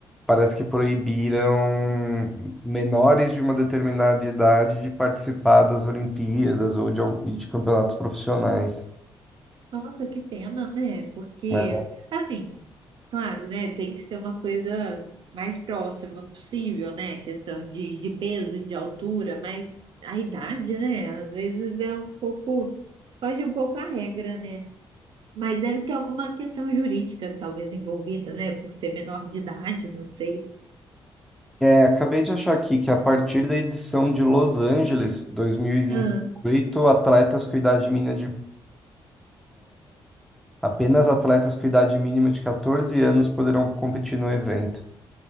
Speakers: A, in the centre; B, on the right.
A: parece que proibiram menores de uma determinada idade de participar das Olimpíadas ou de, al- e de campeonatos profissionais.
B: nossa, que pena, né? Porque
A: né?
B: assim, claro, né, tem que ser uma coisa mais próxima possível, né? Questão de, de peso, de altura, mas a idade, né, às vezes é um pouco foge um pouco a regra, né? Mas deve ter alguma questão jurídica, talvez, envolvida, né? Por ser menor de idade, não sei.
A: É, acabei de achar aqui que a partir da edição de Los Angeles, dois mil e e vinte
B: Ah,
A: e oito atletas com idade mínima de apenas atletas com idade mínima de 14 anos poderão competir no evento.